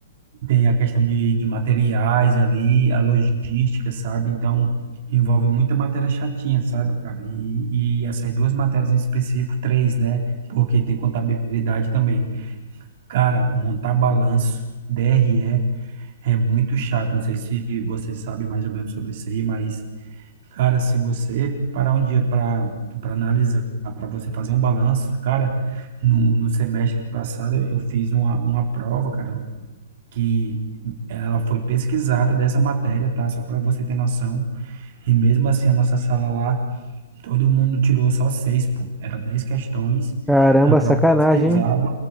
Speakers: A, on the right; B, in the centre.
A: tem a questão de, de materiais ali, a logística, sabe? Então, envolve muita matéria chatinha, sabe, cara? E, e essas duas matérias em específico, três, né? Porque tem contabilidade também. Cara, montar balanço, DRE, é muito chato. Não sei se você sabe mais ou menos sobre isso aí, mas, cara, se você parar um dia para para analisar, para você fazer um balanço, cara, no, no semestre passado eu fiz uma, uma prova, cara, que ela foi pesquisada dessa matéria, tá? Só para você ter noção. E mesmo assim, a nossa sala lá, todo mundo tirou só seis, pô. Era dez questões,
B: Caramba,
A: a prova
B: sacanagem,
A: pesquisada.
B: hein?